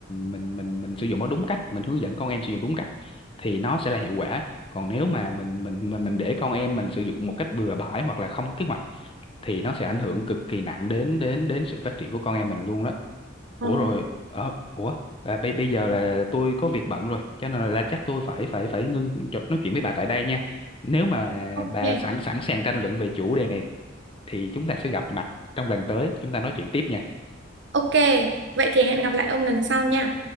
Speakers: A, on the left; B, on the right.
A: mình mình mình sử dụng nó đúng cách mình hướng dẫn con em sử dụng đúng cách thì nó sẽ là hiệu quả còn nếu mà mình mình mình mình để con em mình sử dụng một cách bừa bãi hoặc là không có kế hoạch thì nó sẽ ảnh hưởng cực kỳ nặng đến đến đến sự phát triển của con em mình luôn đó
B: Ừ.
A: ủa rồi ờ, ủa à, bây bây giờ là tôi có việc bận rồi cho nên là chắc tôi phải phải phải ngưng trò- nói chuyện với bà tại đây nha nếu mà
B: Ok,
A: bà sẵn sẵn sàng tranh luận về chủ đề này thì chúng ta sẽ gặp mặt trong lần tới chúng ta nói chuyện tiếp nha
B: ok. Vậy thì hẹn gặp lại ông lần sau nha.